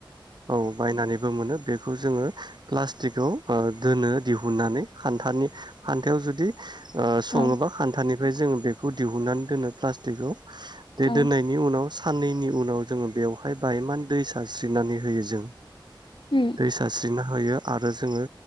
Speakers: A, on the right; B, on the left.
A: औ बायनानै बोमोनो बेखौ जोङो प्लास्टिकआव दोनो दिहुननानै खान्थानि खान्थायाव जुदि अ सङोबा
B: औ
A: खान्थानि बेजों बेखौ दिहुननानै दोनो प्लास्टिकआव बे
B: औ
A: दोननायनि उनाव साननैनि उनाव जोङो बेवहाय बायमान दै सारस्रिनानै होयो जों
B: उम
A: दै सारस्रिना होयो आरो जोङो